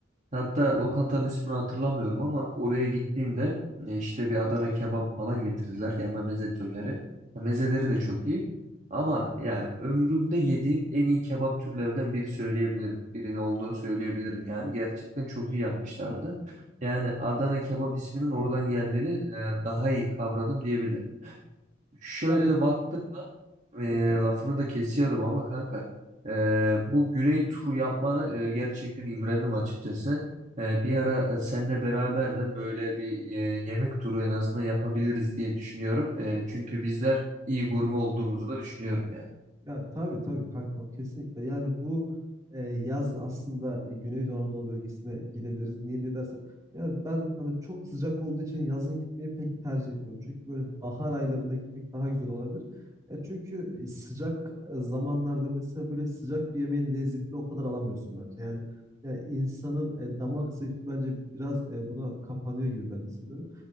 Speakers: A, on the right; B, on the right.
A: Hatta lokantanın ismini hatırlamıyorum ama oraya gittiğimde e, işte bir Adana kebap falan getirdiler. Yanına meze türleri. Ya Mezeleri de çok iyi. Ama ya ömrümde yediğim en iyi kebap türlerinden biri söyleyebilirim. Birinin olduğunu söyleyebilirim yani. Gerçekten çok iyi yapmışlardı. Yani Adana kebap isminin oradan geldiğini e, daha iyi kavradım diyebilirim. Şöyle
B: Yani
A: de baktığımda e,
B: buyur kanka.
A: lafını da kesiyorum ama kanka e, bu Güney turu yapmanı e, gerçekten imrendim açıkçası. E, bir ara seninle beraber de böyle bir e, yemek turu en azından yapabiliriz diye düşünüyorum. E, çünkü bizler iyi gurme olduğumuzu da düşünüyorum yani.
B: Ya tabii tabii kankam kesinlikle. Yani bu e, yaz aslında Güneydoğu Anadolu bölgesine gidebiliriz. Niye diye dersen yani ben hani çok sıcak olduğu için yazın gitmeyi pek tercih etmiyorum. Çünkü böyle bahar aylarında gitmek daha güzel olabilir. E, çünkü e, sıcak e, zamanlarda mesela böyle sıcak bir yemeğin lezzetini o kadar alamıyorsun bence. Yani yani insanın e, damak zevki bence biraz e, buna kapanıyor gibi ben hissediyorum.